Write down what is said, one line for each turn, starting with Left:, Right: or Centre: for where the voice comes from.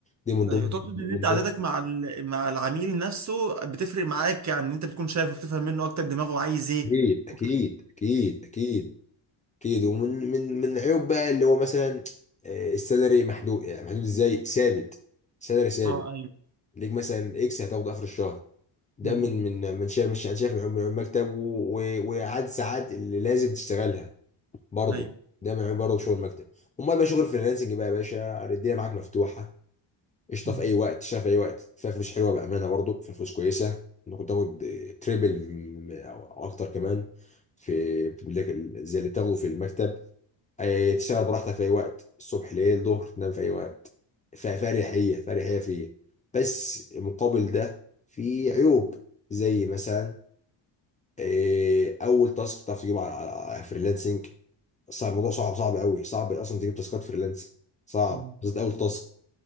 Left: دي من ضمن
Right: ايوه تقصد
Left: من
Right: ان انت
Left: ضمن
Right: عادتك مع ال- مع العميل نفسه بتفرق معاك يعني ان انت بتكون شايفه بتفهم منه اكتر دماغه عايز ايه
Left: اكيد اكيد
Right: وكده
Left: اكيد اكيد اكيد ومن من من العيوب بقى اللي هو مثلا آه، السالري محدود يعني محدود ازاي ثابت سالري ثابت
Right: اه ايوه
Left: ليك مثلا اكس هتاخده اخر الشهر ده
Right: مم.
Left: من من من شايف مش انا شايف من عيوب من عيوب المكتب و- وعاد ساعات اللي لازم تشتغلها برضه
Right: مم. ايوه
Left: ده من عيوب برضه شغل المكتب امال بقى شغل الفريلانسنج بقى يا باشا الدنيا معاك مفتوحه قشطه
Right: مم.
Left: في اي وقت تشتغل في اي وقت فيها فلوس حلوه بامانه برضه فيها فلوس كويسه ممكن تاخد تريبل م- او أو اكتر كمان في زي اللي بتاخده في المكتب آه، تشتغل براحتك في اي وقت الصبح ليل ظهر تنام في اي وقت فاريحيه فاريحيه فيه بس مقابل ده في عيوب زي مثلا آه، اول تاسك تعرف تجيبه على على- على فريلانسنج صعب الموضوع صعب صعب قوي صعب اصلا تجيب تاسكات فريلانسنج صعب
Right: مم.
Left: بالذات اول تاسك